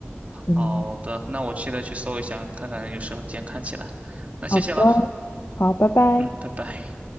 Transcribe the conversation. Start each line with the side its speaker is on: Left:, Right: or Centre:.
Left: 嗯，
Right: 好的，那我现在去搜一下，看看有时候间看起来。那谢谢了，
Left: 好的，好，拜拜。
Right: 嗯，拜拜。